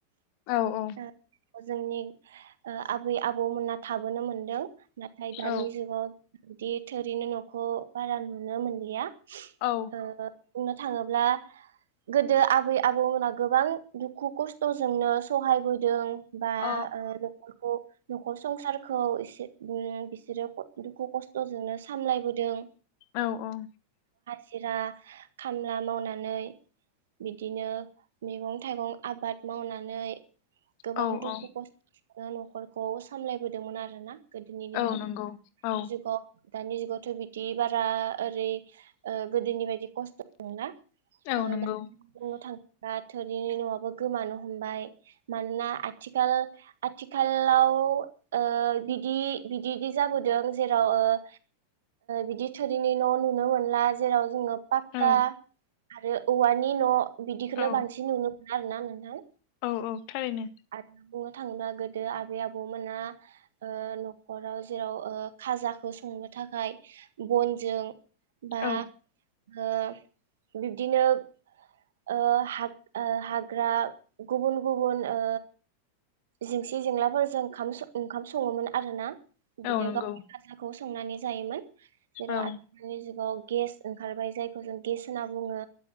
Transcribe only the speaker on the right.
ओ जोंनि ओ आबै आबौमोनना थाबोनो मोनदों ना इमफाय
दानि जुगाव बिदि थोरैनो न'खौ बारा नुनो मोनलिया।
ओ बुंनो थाङोब्ला गोदो आबै आबौमोनहा गोबां दुखु खस्थ'जोंनो सहायबोदों बा
ओ न'खरखौ न'खर संसारखौ एसे अम बिसोरो दुखु खस्थ'जोंनो सामलायबोदों।
हाजिरा खामला मावनानै बिदिनो मैगं थाइगं आबाद मावनानै गोबां
दुखु
खस न'खरखौ सामलायबोदोंमोन आरो ना। गोदोनि दिनाव
दानि
जुगाव दानि जुगाव बिदि बारा ओरै ओ गोदोनि बाय दि खस्थ मोना
ओ
दा बुंनो थांङोबा थोरिनि न'आबो गोमानो हमबाय मानोना आथिखाल-आथिखालाव ओ बिदि बिदि जाबोदों जेराव ओ बिदि थोरिनि न' नुनो मोनला। जेराव जोंङो पाक्का
आरो औवानि न बिदिखौनो
बांसिन नुनो आरो ना नोंथां
आरो <unintelligible> थांना गोदो आबै आबौमोना ओ न'खराव जेराव ओ खाजाखौ संनो थाखाय बनजों बा
ओ बिब्दिनो ओ हा ओ हाग्रा गुबुन -गुबुन ओ जिंसि जेंलाफोरजों ओं ओंखाम सङोमोन आरोना। बिदिनो
गावनि खाजाखौ संनानै जायोमोन। जेराव
आथिखालनि जुगाव गेस ओंखारबाय जाय गेस होनना बुङो।